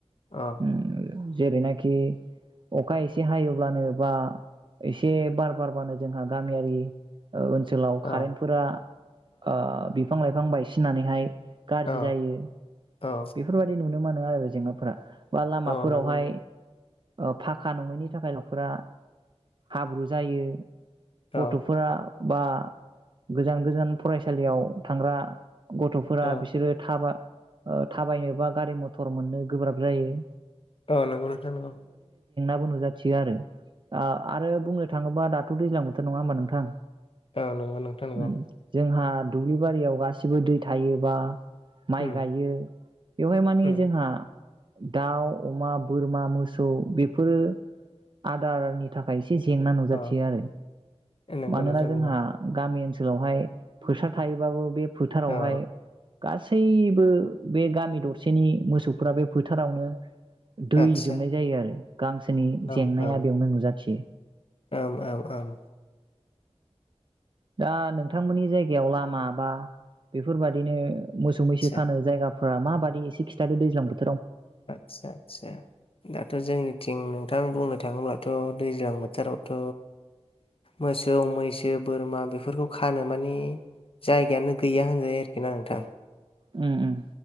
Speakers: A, on the left; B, on the right.
A: औ।
B: उम जेरैनाखि अखा एसे हायोब्लानो बा एसे बार बारबानो जोंहा गामियारि ओ ओनसोलाव कारेन्टफोरा
A: औ
B: ओ बिफां लाइफां बिफां बायसिननानैहाय। गाज्रि
A: औ
B: जायो।
A: औ
B: बेफोरबायदि नुनो मोनो आरो जेंनाफोरा। बा लामाफोरावहाय
A: औ नंगौ नंगौ
B: ओ फाखा नङैनि थाखाय न'फोरा हाब्रु जायो।
A: औ
B: गथ'फोरा बा गोजान गोजान फरायसालियाव थांग्रा गथ'फोरा
A: औ
B: बिसोरो थाबा थाबायनोबा गारि मथर मोननो गोब्राब जायो।
A: ओ नंगौ नोंथां औ।
B: बो नुजाथियो आरो। आ आरो बुंनो थाङोबा दा थ' दैज्लां बोथोर नङा होमबा नोंथां?
A: औ नंगौ नोंथां नंगौ।
B: उम जोंहा दुब्लि बारियाव गासिबो दै थायोबा माइ
A: उम
B: गायो। बेवहाय माने
A: उम
B: जोंहा दाउ अमा बोरमा मोसौ बेफोरो आदारनि थाखाय स से जेंना नुजाथियो
A: अ
B: आरो
A: नंगौ
B: मानोना
A: नोंथां
B: जोंहा
A: नंगौ
B: गामि ओनस सोलावहाय फैसा थायोबाबो बे फोथारावहाय
A: औ
B: गासैबो बे गामि दरसेनि मोसौफोरा बे फोथारावनो दै
A: आदसा
B: जोबनाय जायो आरो गांसोनि
A: ओम
B: जेंनाया
A: ओम
B: बेयावनो नुजाथियो।
A: ओम ओम ओम
B: दा नोंथांमोननि जायगायाव लामा बा बेफोरबादिनो ओ मोसौ
A: आदसा
B: मैसो खानो जायगा फोरा माबादि एसे खिथादो दैज्लां बोथ
A: आदसा आदसा दाथ' जोंनिथिं नोंथां बुंनो थाङोब्लाथ' दैज्लां बोथोरावथ' मोसौ मैसो बोरमा बेफोरखौ खानो माने जायगायानो गैया होनजायो आरोखि ना नोंथां।
B: उम उम